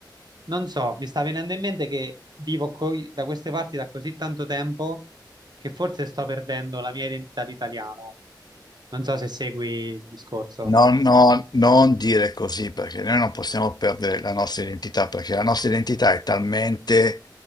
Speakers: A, on the right (about 65°); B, on the left (about 60°).
A: non so, mi sta venendo in mente che vivo co- da queste parti da così tanto tempo che forse sto perdendo la mia identità di italiano. Non so se segui il discorso.
B: No, no, non dire così perché noi non possiamo perdere la nostra identità, perché la nostra identità è talmente,